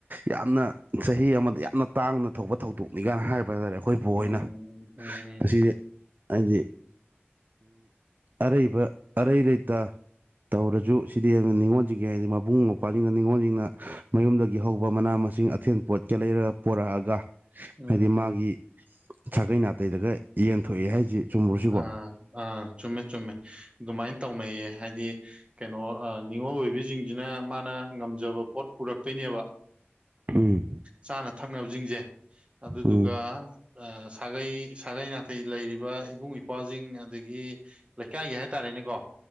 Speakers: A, on the right (about 45°); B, on the right (about 25°).
A: ꯌꯥꯝꯅ ꯆꯍꯤ ꯑꯃꯗ ꯌꯥꯝꯅ ꯇꯥꯡꯅ ꯊꯣꯛꯄ ꯊꯧꯗꯣꯛꯅꯤ ꯀꯥꯏꯅ ꯍꯥꯏꯕ ꯍꯥꯏꯇꯥꯥꯔꯦ ꯑꯩꯈꯣꯏꯕꯨ ꯑꯣꯏꯅ
B: ꯎꯝ ꯎꯝ
A: ꯃꯁꯤꯗꯤ ꯍꯥꯏꯗꯤ ꯑꯔꯩꯕ ꯑꯔꯩ ꯂꯩ ꯇ ꯇꯧꯔꯁꯨ ꯁꯤꯗꯤ ꯅꯤꯉꯣꯜꯁꯤꯡꯒꯤ ꯍꯥꯏꯗꯤ ꯃꯕꯨꯡ ꯃꯧꯄ꯭ꯋꯥꯁꯤꯡꯅ ꯅꯤꯡꯉꯣꯜꯁꯤꯡꯅ ꯃꯌꯨꯝꯗꯒꯤ ꯍꯧꯕ ꯃꯅꯥ ꯃꯁꯤꯡ ꯑꯊꯦꯟ ꯄꯣꯠꯀꯦ ꯂꯩꯔꯒ ꯄꯣꯔꯛꯑꯒ
B: ꯎꯝ
A: ꯍꯥꯏꯗꯤ ꯃꯥꯒꯤ ꯁꯥꯒꯩ ꯅꯥꯇꯩꯗꯒ ꯌꯦꯟꯊꯣꯛꯏ ꯍꯥꯏꯁꯤ ꯆꯨꯝꯕ꯭ꯔꯣ ꯁꯤꯕꯣ
B: ꯑꯥ ꯑꯥ ꯆꯨꯝꯃꯦ ꯆꯨꯝꯃꯦ ꯑꯗꯨꯃꯥꯏꯅ ꯇꯧꯅꯩꯌꯦ ꯍꯥꯏꯗꯤ ꯀꯩꯅꯣ ꯅꯤꯡꯉꯣꯜ ꯑꯣꯏꯕꯤꯁꯤꯡꯁꯤꯅ ꯃꯥꯅ ꯉꯝꯖꯕ ꯄꯣꯠ ꯄꯨꯔꯛꯇꯣꯏꯅꯦꯕ
A: ꯎꯝ
B: ꯆꯥꯅ ꯊꯛꯅꯕꯁꯤꯡꯁꯦ ꯑꯗꯨ ꯑꯗꯨꯗꯨꯒ
A: ꯎꯝ
B: ꯁꯥꯒꯩ ꯁꯥꯒꯩ ꯅꯥꯇꯩ ꯂꯩꯔꯤꯕ ꯏꯕꯨꯡ ꯏꯄꯥꯖꯁꯤꯡ ꯑꯗꯒꯤ ꯂꯩꯀꯥꯏꯒꯤ ꯍꯥꯏꯇꯥꯔꯦꯅꯦꯀꯣ